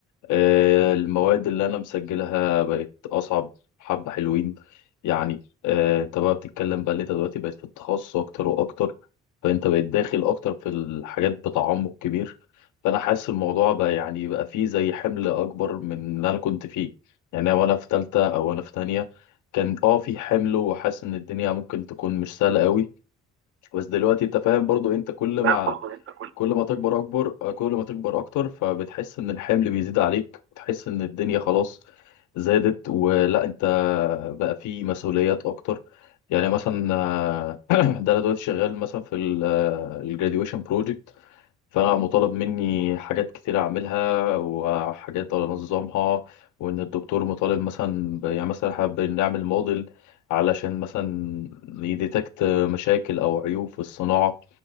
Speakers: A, on the left (about 75°); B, on the right (about 45°).
A: آه، المواد اللي أنا مسجلها بقت أصعب حبة حلوين يعني آه، أنت بقى بتتكلم بقى اللي أنت دلوقتي بقيت في التخصص أكتر وأكتر فأنت بقيت داخل أكتر في الحاجات بتعمق كبير فأنا حاسس الموضوع بقى يعني بقى فيه زي حمل أكبر من اللي أنا كنت فيه يعني وأنا في تالتة أو أنا في تانية كان أه في حمل وحاسس إن الدنيا ممكن تكون مش سهلة قوي بس دلوقتي أنت فاهم برضو أنت كل ما
B: لا برضه انت كل
A: كل ما تكبر اكبر آه، كل ما تكبر اكتر فبتحس ان الحمل بيزيد عليك بتحس ان الدنيا خلاص زادت ولا انت بقى في مسؤوليات اكتر يعني مثلا آه، <clears throat> ده انا دلوقتي شغال مثلا في الجراديويشن بروجكت فانا مطالب مني حاجات كتير اعملها وحاجات انظمها وان الدكتور مطالب مثلا ب- يعني مثلا احنا بنعمل موديل علشان مثلا يديتكت مشاكل او عيوب في الصناعة